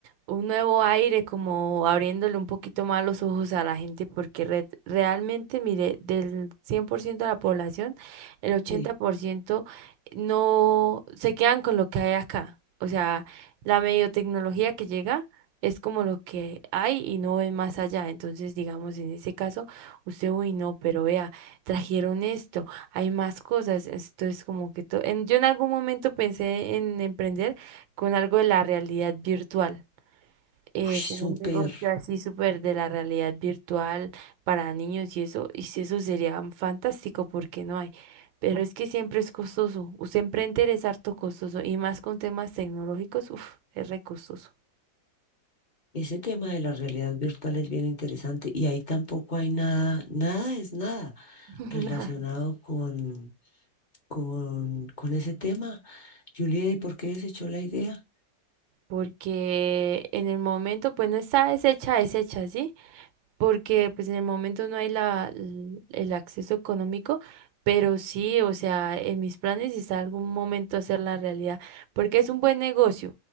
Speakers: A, on the right; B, on the left.
A: un nuevo aire, como abriéndole un poquito más los ojos a la gente, porque re- realmente, mire, del 100% de la población, el ochenta
B: Sí.
A: por ciento no se quedan con lo que hay acá. O sea, la medio tecnología que llega es como lo que hay y no ven más allá. Entonces, digamos, en ese caso, usted, uy, no, pero vea, trajeron esto hay más cosas. Entonces, como que to- en- yo en algún momento pensé en emprender con algo de la realidad virtual, eh,
B: Uy,
A: como
B: súper.
A: un negocio así súper de la realidad virtual para niños y eso, y si eso sería fantástico porque no hay. Pero es que siempre es costoso. Usted emprender es harto costoso y más con temas tecnológicos, uff, es re costoso.
B: Ese tema de la realidad virtual es bien interesante y ahí tampoco hay nada, nada es nada
A: <laughs>
B: relacionado con, con, con ese tema. Juliet, ¿y por qué desechó la idea?
A: Porque en el momento, pues no está deshecha, deshecha, ¿sí? porque pues en el momento no hay la, l- el acceso económico, pero sí, o sea, en mis planes está algún momento hacer la realidad, porque es un buen negocio.